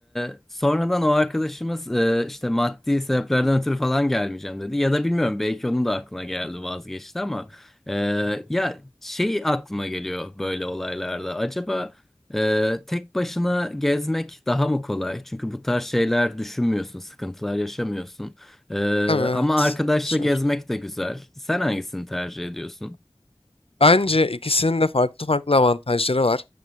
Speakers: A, in the centre; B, on the left.
A: e, sonradan o arkadaşımız e, işte maddi sebeplerden ötürü falan gelmeyeceğim dedi ya da bilmiyorum belki onun da aklına geldi vazgeçti ama e, ya şey aklıma geliyor böyle olaylarda acaba e, tek başına gezmek daha mı kolay çünkü bu tarz şeyler düşünmüyorsun sıkıntılar yaşamıyorsun E,
B: Tabii evet.
A: ama arkadaşla
B: Şöyle.
A: gezmek de güzel sen hangisini tercih ediyorsun?
B: Bence ikisinin de farklı farklı avantajları var.